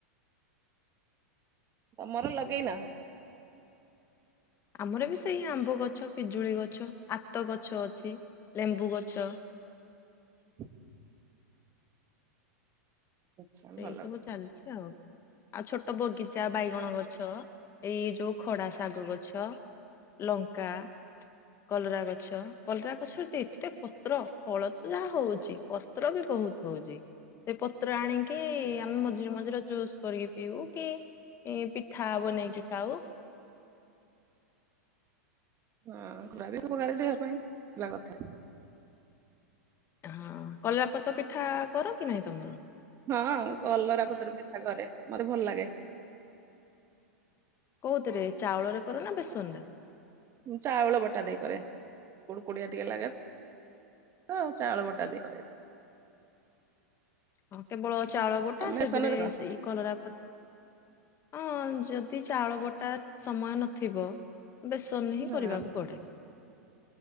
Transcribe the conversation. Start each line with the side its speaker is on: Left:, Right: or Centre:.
Right: ତମର ଲଗେଇନ?
Left: ଆମର ବି ସେଇ ଆମ୍ବ ଗଛ ପିଜୁଳି ଗଛ ଆତ ଗଛ ଅଛି ଲେମ୍ବୁ ଗଛ।
Right: ହ <inaudible> ଆଛା ଭଲ
Left: ଏଇସବୁ
Right: କରିଛ।
Left: ଚାଲିଚି ଆଉ। ଆଉ ଛୋଟ ବଗିଚା ବାଇଗଣ ଗଛ ଏଇ ଯୋଉ ଖଡା ଶାଗ ଗଛ ଲଙ୍କା କଲରା ଗଛ କଲରା ଗଛରେ ଏତେ ପତ୍ର ଫଳ ତ ଯାହା ହଉଚି ପ ପତ୍ର ବି ବହୁତ ହଉଚି ସେ ପତ୍ର ଆଣିକି କି ଆମେ ମଝିରେ ମଝିରେ ଜୁସ୍ କରିକି ପିଉ କି ଇ ପିଠା ବନେଇକି ଖାଉ।
Right: ହଁ ଗୁର ଉପକାରୀ ଦେହ ପାଇଁ ପିଇବା କଥା।
Left: ହଁ କଲାରାପତର ପିଠା କର କି ନାହିଁ ତମର?
Right: ହଁ କଲରା ପତ୍ର ପିଠା କରେ ମତେ ଭଲ ଲାଗେ।
Left: କୋଉଥିରେ ଚାଉଳ ରେ କର ନା ବେସନ ରେ?
Right: ଚାଉଳ ବଟା ଦେଇ କରେ କୁଡୁ କୋଡିଆ ଟିକେ ଲାଗେ। ହଁ ଚାଉଳ ବଟା ଦେଇ କରେ।
Left: ହଁ କେବଳ ଚାଉଳ ବୋଟା
Right: ତମେ
Left: ସେଥିରେ
Right: ବେସନରେ କର
Left: ସେଇ କଲରା ପ ହଁ ଯଦି ଚାଉଳ ବଟା ସମୟ ନଥିବ ବେସନରେ ହିଁ
Right: ହଁ
Left: କରିବାକୁ ପଡେ।